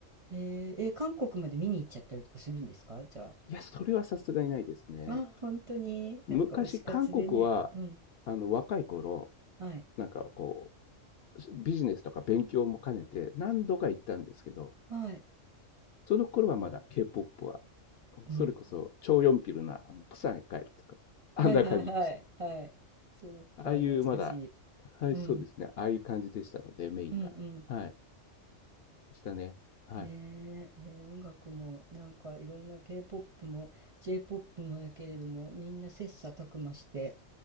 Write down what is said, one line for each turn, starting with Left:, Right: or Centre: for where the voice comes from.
Right: へえー、え、韓国まで見に行っちゃったりとかするんですかじゃ
Left: いや、それはさすがにないですね。
Right: あ。あ、本当に、なんか推し活でね。
Left: 昔、韓国は、
Right: うん。
Left: あの、若い頃、
Right: はい。
Left: なんかこう、ビジネスとか勉強も兼ねて何度か行ったんですけど、
Right: はい。
Left: その頃はまだ K-POP は、
Right: うん。
Left: それこそ超ヨンピルな、あの、プサンへ帰るとか、あんな感じでした。
Right: はいはいはい。はい。そうか、
Left: ああいうまだ、
Right: 懐かしい。
Left: はい、
Right: うん。
Left: そうですね。ああいう感じでしたので、メインが。
Right: うんうん
Left: はい、でしたね。はい。
Right: ねえ、えー音楽もなんかいろんな K-POP も J-POP もだけれどもみんな切磋琢磨して